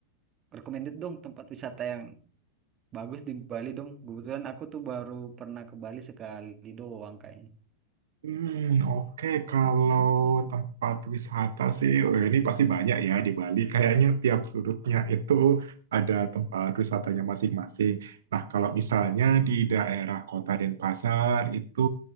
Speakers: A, on the right (about 30°); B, on the right (about 60°).
A: Recommended dong tempat wisata yang bagus di Bali dong. Kebetulan aku tuh baru pernah ke Bali sekali doang kayaknya.
B: Hmm, oke. Kalau tempat wisata sih, oh, ini pasti banyak ya di Bali. Kayaknya tiap sudutnya itu ada tempat wisatanya masing-masing. Nah, kalau misalnya di daerah Kota Denpasar itu